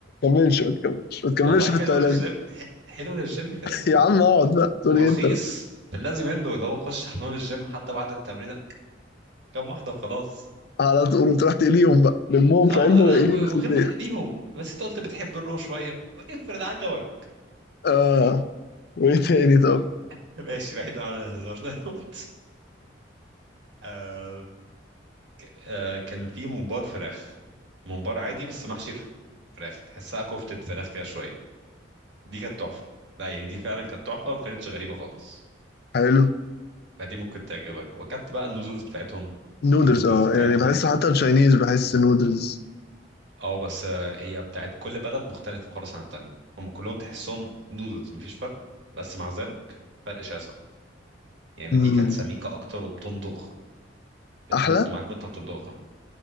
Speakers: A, on the left; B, on the right.
A: تكملش ما تكملش ما تكملش
B: والله حلو
A: في التايلاند
B: للجيم ح- حلو للجيم كده
A: <laughs>
B: فاهم
A: يا عم اقعد بقى تقول
B: ورخيص
A: ايه انت بس؟
B: في اللازم منه اللي هو خش حمام الجيم حتى بعد التمرين كام واحدة وخلاص
A: على طول وتروح تقليهم بقى لمهم
B: اه
A: في علبه وقليهم
B: لا و-
A: في
B: ومن
A: البيت
B: غير ما تقليهم بس انت قلت بتحب الرو شوية افرض عجبك
A: اه وايه تاني
B: <laughs>
A: طب
B: ماشي بعيد عن الهزار دوت آه <laughs> آه كان في ممبار فراخ ممبار عادي بس محشي ف- فراخ تحسها كفتة فراخ كده شوية دي كانت تحفه لا يعني دي فعلا كانت تحفه وما كانتش غريبه خالص
A: حلو
B: فدي ممكن تعجبك وكانت بقى النودلز بتاعتهم
A: نودلز
B: النودلز
A: اه
B: بتاعتهم
A: يعني بحس حتى التشاينيز
B: كانت
A: بحس نودلز
B: اه بس آه، هي بتاعت كل بلد مختلفه خالص عن التانيه هم كلهم تحسهم نودلز مفيش فرق بس مع ذلك فرق شاسع يعني
A: امم
B: دي كانت سميكه اكتر وبتمضغ بتمط
A: احلى
B: معاك وانت بتمضغها